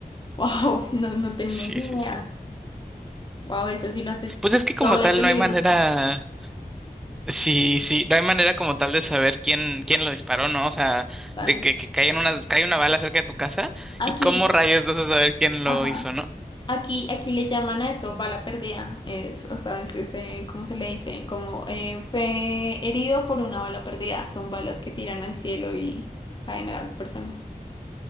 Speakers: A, on the left; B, in the centre.
A: Wow, <laughs> no, no tenía
B: sí,
A: ni
B: sí,
A: idea.
B: sí.
A: Wow, eso sí lo haces
B: Pues es que como
A: doble
B: tal
A: de peligroso.
B: no hay manera. Sí, sí, no hay manera como tal de saber quién, quién lo disparó, ¿no? O sea,
A: Tal.
B: de que, que cae en una, cae una bala cerca de tu casa
A: Aquí,
B: y cómo rayos vas a saber quién
A: ajá.
B: lo hizo, ¿no?
A: Aquí, aquí le llaman a eso bala perdida. Es, o sea, es ese, ¿cómo se le dice? Como eh, fue herido por una bala perdida. Son balas que tiran al cielo y caen a las personas.